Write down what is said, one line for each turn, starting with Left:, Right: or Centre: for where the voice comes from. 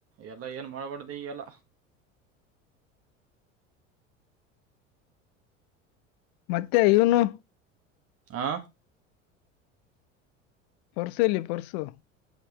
Right: ಎಲ್ಲಾ ಏನ್ ಮಾಡ್ಬಾರ್ದು ಎಲ್ಲ
Left: ಮತ್ತೆ ಇವನು
Right: ಆ
Left: ಪರ್ಸ ಇಲ್ಲಿ ಪರ್ಸು